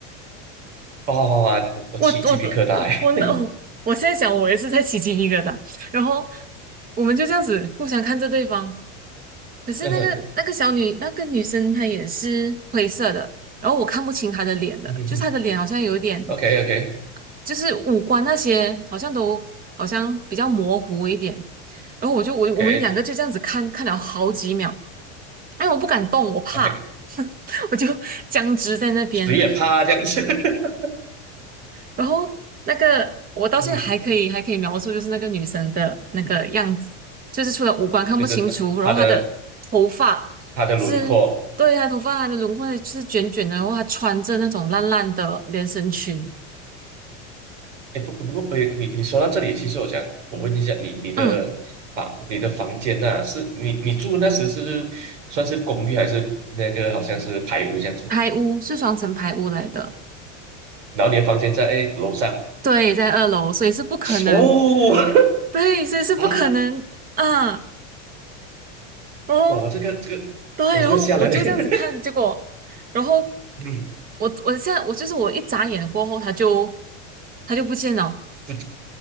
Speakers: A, on the right (about 80°); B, on the right (about 25°).
A: 哇哇哇，哇我我起鸡皮疙瘩欸
B: 我我的我我那我我现在想，我也是在起鸡一个的，然后我们就这样子互相看着对方。可是那个那个小女那个女生她也是灰色的，
A: <laughs>，嗯哼
B: 然后我看不清她的脸了，
A: 嗯哼
B: 就是她的脸好像有点
A: o k OK OK
B: 就是五官那些好像都好像比较模糊一点。然后我就我我们两个就这样子看看了好几秒，
A: OK
B: 哎，我不敢动，我怕，
A: OK，
B: <laughs> 我就僵直在那边。
A: 谁也怕这样子，<laughs>
B: 然后那个我到现在还可以还可以描述，
A: 嗯哼，
B: 就是那个女生的那个样子，就是除了五官看不清楚，
A: 就是他他的
B: 然后她的头发是。
A: 他的轮廓。
B: 对，她头发，她的轮廓是卷卷的，然后她穿着那种烂烂的连身裙，
A: 哎，不不过，哎，你你说到这里，其实我想我问一下，你你的房你的房间呐、
B: 嗯，
A: 是你你住那时是算是公寓还是那个好像是排屋这样子？
B: 排污是双层排污来的，
A: 然后你的房间在哎楼上，
B: 对，在二楼，所以是不可能，
A: 哦
B: 对，所以是不可能啊。
A: 啊，
B: 然后，
A: 哇，这个这个，
B: 对，
A: 我这个吓人的，
B: 然后我就这样子看，
A: <laughs>
B: 结果，然后
A: 嗯，
B: 我我现在我就是我一眨眼过后，他就他就不见了，
A: 不，